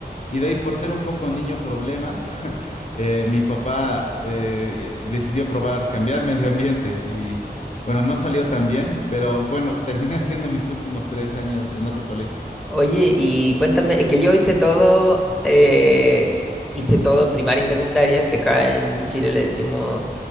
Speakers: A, on the left (about 45°); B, in the centre.
A: Y de ahí, por ser un poco niño problema, <laughs> eh, mi papá eh, decidió probar cambiarme de ambiente y bueno, no salió tan bien, pero bueno, terminé <laughs> haciendo mis últimos tres años en otro colegio.
B: Oye, y cuéntame, es que yo hice todo, eh, hice todo primaria y secundaria, que acá en Chile le decimos